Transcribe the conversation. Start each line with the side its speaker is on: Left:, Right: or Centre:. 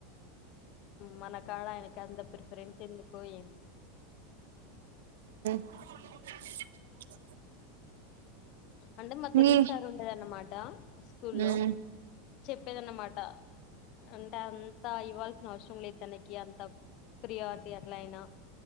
Left: మనకాడ ఆయనకి అంత ప్రిఫరెన్స్ ఎందుకొ ఏమో
Right: <inaudible>
Left: అంటే మా తెలుగు
Right: మీ
Left: సార్ ఉండేదనమాట స్కూల్లో
Right: ఉమ్
Left: చెప్పేదనమాట అంటే అంత ఇవ్వాల్సిన అవసరం లేద్ తనకి అంత ప్రియారిటీ అట్లఅయిన